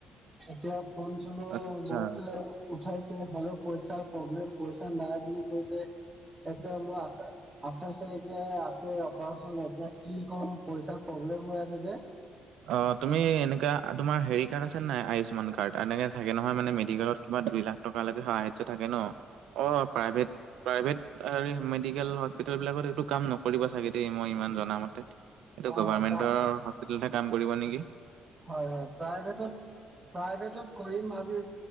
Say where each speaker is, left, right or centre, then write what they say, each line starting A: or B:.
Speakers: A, on the right; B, on the right.
A: এতিয়া ফোন চুনু
B: আচ্ছা
A: বহুতে উঠাইছে হলেও পইচাৰ প্ৰব্লেম পইচা নাই বুলি কৈছে, এতিয়া বুল আ আঠাইচ‌ তাৰিখে আছে অপাৰচন, এতিয়া কি ক'ম পইচাৰ প্ৰব্লেম হৈ আছে যে।
B: অ', তুমি এনেকুৱা তোমাৰ হেৰি কাৰ্ড আছেনে নাই আয়ুস্মান কাৰ্ড? এনেকে থাকে নহয় মানে মেডিকেলত কিবা দুই লাখ টকা লেকে সাহাৰ্য থাকে ন, অ', অ', প্ৰাইভেট প্ৰাইভেট হেৰী মেডিকেল হস্পিটেল বিলাকত এইটো কাম নকৰিবা চাগে ডেই মই ইমান জনা মতে।
A: প্ৰা
B: এইটো গভাৰমেণ্টৰ
A: হয়
B: হস্পিতেলতহে কাম কৰিব নেকি?
A: হয়-হয়, প্ৰাইভেত প্ৰাইভেটত কৰিম ভাবি